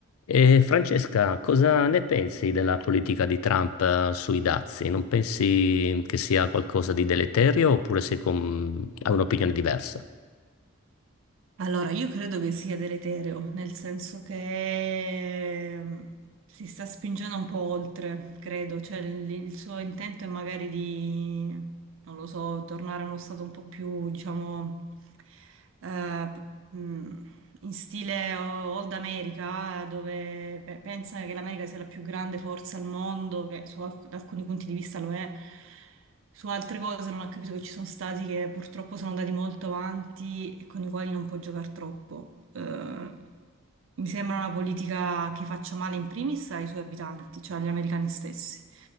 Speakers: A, on the left; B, on the right.
A: E Francesca, cosa ne pensi della politica di Trump, eh, sui dazi? Non pensi che sia qualcosa di deleterio oppure sei con- hai un'opinione diversa?
B: Allora, io credo che sia deleterio, nel senso che mm, si sta spingendo un po' oltre, credo, cioè il, il suo intento è magari di, non lo so, tornare a uno stato un po' più, diciamo, eh, p- mh, in stile o- Old America, dove pe- pensa che l'America sia la più grande forza al mondo, che su alc- da alcuni punti di vista lo è. Su altre cose non ha capito che ci sono stati che purtroppo sono andati molto avanti e con i quali non può giocare troppo. Eh, mi sembra una politica che faccia male in primis ai suoi abitanti, cioè agli americani stessi,